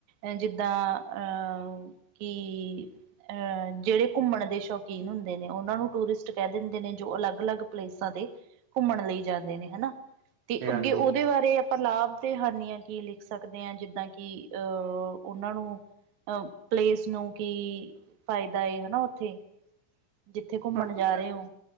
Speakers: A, on the right; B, on the right.
A: ਏ ਜਿੱਦਾਂ ਅਹ-ਅਹ ਕਿ ਆਹ ਜਿਹੜੇ ਘੁੰਮਣ ਦੇ ਸ਼ੌਕੀਨ ਹੁੰਦੇ ਨੇ, ਉਹਨਾਂ ਨੂੰ ਟੂਰਿਸਟ ਕਹਿ ਦਿੰਦੇ ਨੇ ਜੋ ਅਲੱਗ-ਅਲੱਗ ਪਲੇਸਾਂ 'ਤੇ ਘੁੰਮਣ ਲਈ ਜਾਂਦੇ ਨੇ ਹਨਾ 'ਤੇ
B: ਹਾਂਜੀ
A: ਅੱਗੇ ਉਹਦੇ ਬਾਰੇ। ਪਰ ਲਾਭ ਤੇ ਹਾਨੀਆਂ ਕੀ ਲਿਖ ਸਕਦੇ ਆਂ। ਜਿੱਦਾਂ ਕਿ ਅਹ ਉਹਨਾਂ ਨੂੰ ਅ ਪਲੇਸ ਨੂੰ ਕੀ ਫਾਇਦਾ ਏ ਹਨਾ ਉਥੇ। ਜਿੱਥੇ ਘੁੰਮਣ
B: ਹਾਂਜੀ
A: ਜਾ
B: ਹਾਂਜੀ,
A: ਰਹੇ ਓ।